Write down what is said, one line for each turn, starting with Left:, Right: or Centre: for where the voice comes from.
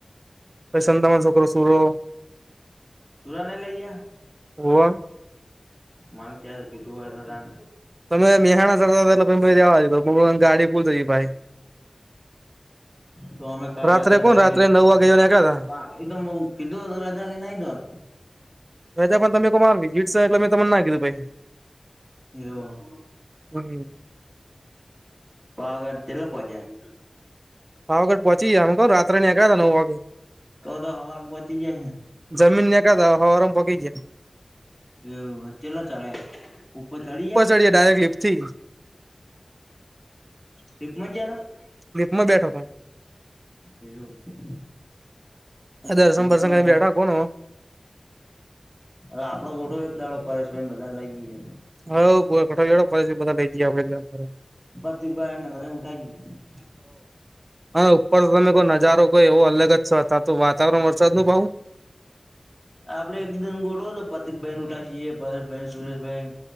Right: પછી સંતામાન છોકરો સૂરો
Centre: સુરાને લઈ ગયા?
Right: હુંવા.
Centre: મને ખ્યાલ કે તું હે તો દાન.
Right: તમે મેહાણા જતા હતા એટલે મેં જાવા ધીદું પણ ગાડી ફૂલ થઇ ગઈ ભાઈ.
Centre: તો અમે કાલ
Right: રાત્રે
Centre: રજાજ
Right: કોણ
Centre: હતી
Right: રાત્રે નવ વાગે જેવા નીકળ્યા તા
Centre: કા એ તો તમે મેં કીધું હતું રજામા લઈ ને આઈ ગોત.
Right: મેં તો પણ તમે કો માર ડીજિટ સાહેબ એટલે મેં તમને ના કીધું ભાઈ.
Centre: એવું,
Right: હમ
Centre: પાવાગઢ કેટલે પોહોચ્યાં?
Right: પાવાગઢ પહોંચી ગયા રાત્રને ગયા નવ વાગે
Centre: તો તો હવારે મેં પોચી ગયા હે ને?
Right: જમીને નીકળેલા હતા હવારે પોચી ગીયા.
Centre: એવુ કેટલા ચડ્યા? ઉપર ચડી ગયા?
Right: ચડ્યા ડાયરેક્ટ લિફ્ટ થી
Centre: લિફ્ટમાં ગયા તા?
Right: લિફ્ટમાં બેઠો તો.
Centre: એવું છે.
Right: આ દર્શન
Centre: લીપમાં
Right: બરશન કઈ
Centre: છે
Right: બેઠા કોનો
Centre: હવે આપડે ગોઠવો એક દાળો પરેશભાઈ બધાને લઈ જઈએ.
Right: હઓ બડો બેસી ગયા બધા બેજિયા કરો.
Centre: પ્રતિકભાઈ એને બધા ઉઠાઈ ગયું.
Right: અને ઉપર તમે કોઈ નજારો કોઈ એવો અલગ જ છે તા તો વાતાવરણ વરસાદ નું ભાવ
Centre: <inaudible> આપડે એક દિવસ ગોઠવો ને તો પ્રતિકભાઈ ને ઊઠીએ પરેશભાઈને સુરેશભાઈ.